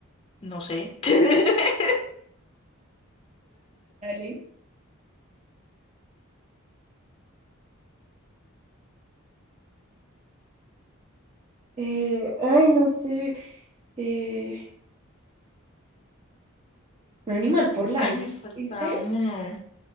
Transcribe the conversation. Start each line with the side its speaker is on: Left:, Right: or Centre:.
Left: no sé. <laughs>
Right: Dale. Eh, ay, no sé. Eh, un animal por la
Left: Ay,
Right: I.
Left: me falta
Right: ¿Viste?
Left: uno.